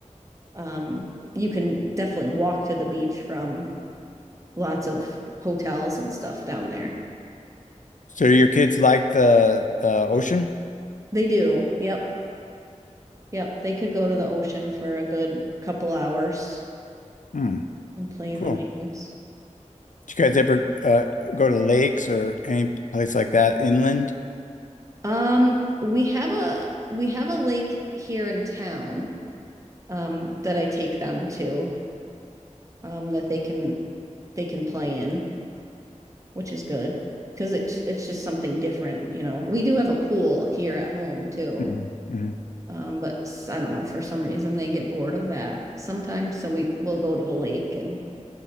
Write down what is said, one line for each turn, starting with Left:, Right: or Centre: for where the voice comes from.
Right: um, you can definitely walk to the beach from lots of hotels and stuff down there.
Left: So your kids like the the ocean?
Right: They do. Yep. Yep. They could go to the ocean for a good couple hours
Left: Hmm.
Right: and play in
Left: Cool.
Right: the waves.
Left: Did you guys ever uh, go to lakes or any place like that inland?
Right: Um, we have a we have a lake here in town. um, that I take them to, um, that they can they can play in, which is good because it it's just something different, you know. We do have a pool here at home too,
Left: Mm-hmm.
Right: um, but I I don't know for some reason they get bored of that sometimes, so we will go to the lake and